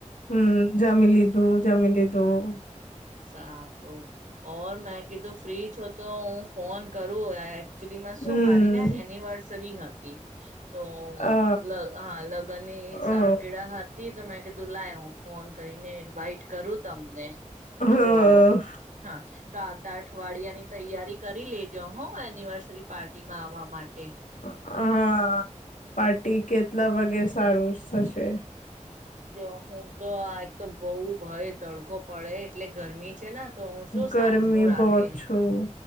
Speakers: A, on the left (about 75°); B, on the right (about 85°).
A: હમ જમીલીધું જમીલીધું.
B: સારું ઓર મેં કીધું ફ્રી છો તો હું ફોન. કરો. સુધિ માં શું
A: હમ
B: મારી ને એની વાર. સરી હાતી. તો
A: અ
B: લ હા લગ્ન ની સાર
A: અ
B: કીળા હાથ. ત તો મેં કીધું લાય હુ ફોન કરીને. વાઈટ કરું તમને.
A: અ
B: તો
A: હ
B: હા તો આતા અઠવાડિયાની. તૈયારી કરી લેજો હો. એનિવર્સરી પાર્ટી માં આવવા માટે.
A: હા પાર્ટી કેટલા વાગે સારું થશે.
B: જો હું તો આ એક તો બહુ ભય તડકો પડે એટલે ગરમી છે ને. તો હું શું સાંજનું
A: ગરમી
B: રાખી
A: બહુત છું.